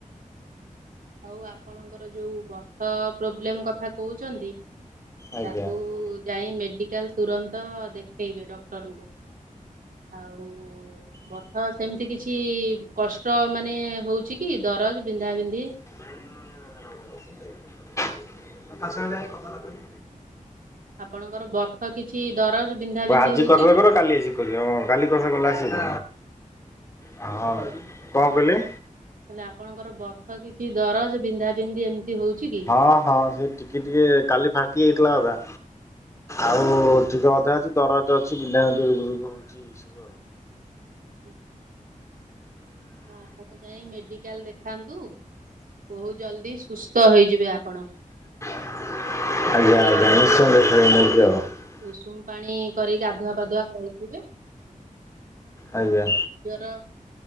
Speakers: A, on the right; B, on the left.
A: ଆଉ ଆପଣଙ୍କର ଯୋଉ ବଥ ପ୍ରୋବ୍ଲେମ କଥା କହୁଛନ୍ତି।
B: ଆଜ୍ଞା।
A: ତାକୁ
B: ଆଜି
A: ଯାଇ ମେଡି କାଲ ତୁରନ୍ତ ଦେଖେଇବେ ଡକ୍ଟରଙ୍କୁ। ଆଉ ବ ହଁ ସେମିତି କିଛି କଷ୍ଟ ମାନେ ହଉଚ କି ଦରଜ ବିନ୍ଧା ବିନ୍ଧି?
B: <inaudible> କାଶ ହେଲେ ଯାଇଁ କଥା ଟା କହିବୁ।
A: ଆପଣଙ୍କର ବଥ କିଛି ଦରଜ ବିନ୍ଧାବିନ୍ଧି
B: ଆଜି
A: ହଉଛି
B: କର ନ
A: କି?
B: କର କାଲି ଆସି ହଁ କାଲି କଥା କଲେ ଆସିବ ହଁ ହଁ କଣ କହିଲେ?
A: ହେଲେ ଆପଣଙ୍କର ବଥ କିଛି ଦରଜ ବିନ୍ଧାବିନ୍ଧି ଏମିତି ହଉଛି କି?
B: ହଁ ହଁ ସେ ଟିକେ ଟିକେ କାଲି ଫାଟି ଯାଇଥିଲା ଅଧା। ଆଉ ଟିକେ ଅଧା ଅଛି, ଦରଜ ଅଛି ବିନ୍ଧା ବିନ୍ଧି ରୁଗୁ ରୁଗୁ ହଉଛି ଏଇ ସବୁ ଆଉ।
A: ହ ଆପଣ ଯାଇ ମେଡିକାଲ ଦେଖାନ୍ତୁ ବହୁତ ଜଲ୍ଦି ସୁସ୍ଥ ହେଇଯିବେ ଆପଣ।
B: <unintelligible>
A: ଆଉ ଟିକେ ଉଷୁମ ପାଣି କରିକି ଗାଧୁଆ ପାଧୁଆ କରୁଥିବେ।
B: ଆଜ୍ଞା
A: ଆଉ ଜର